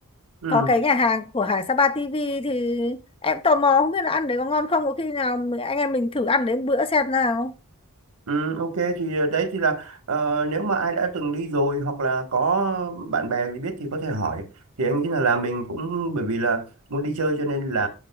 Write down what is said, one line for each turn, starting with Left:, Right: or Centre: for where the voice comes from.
Right: ừ
Left: có cái nhà hàng của Hải Sapa TV thì em tò mò không biết là ăn đấy có ngon không có khi nào mình- anh em mình thử ăn đấy một bữa xem nào
Right: Ừ, ok thì ờ, đấy thì là ờ, nếu mà ai đã từng đi rồi hoặc là có bạn bè gì biết thì có thể hỏi thì anh nghĩ là là mình cũng bởi vì là muốn đi chơi cho nên là